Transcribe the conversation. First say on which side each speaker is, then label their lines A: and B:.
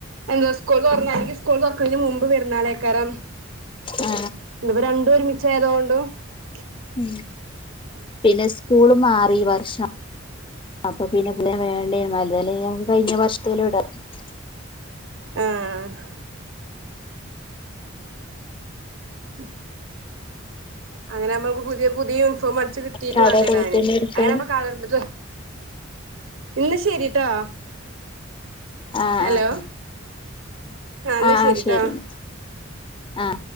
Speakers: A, on the right; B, on the left.
A: എന്താ സ്‌കൂള് തൊറന്ന് അല്ലെങ്കിൽ സ്‌കൂള് തൊറക്കണേന് മുൻപ് പെര്ന്നാളെക്കാരം
B: ആ
A: ഇതുപ്പോ രണ്ട ഒരുമിച്ചയതൊണ്ട് ഹ <unintelligible>
B: ഉ പിന്നെ സ്കൂള് മാറി വർഷം അപ്പൊ പിന്നെ പുതിയ വേണ്ടേല്ല അത അല്ലങ്കിൽ കഴിഞ്ഞ വർഷത്തിൽ ഇടം ഉ
A: ആഹ <inaudible> ഉ <inaudible> അങ്ങനെകുമ്പോ പുതിയ പുതിയ യൂണിഫോം അടിച്ചു കിട്ടീട്ട്
B: കടേ
A: വേണ്ടേടാന്
B: പോയിട്ടന്നെ എടുക്കാ
A: അങ്ങനെകുമ്പോ കളർ ഡ്രസ്സ്‌ ഇന്ന് ശരിട്ടാ
B: ആഹ്
A: ഹലോ
B: ആഹ്
A: ആ എന്നാ
B: ആഹ്
A: ശരിട്ടോ
B: ആഹ് ശരി എന്നാ ആഹ്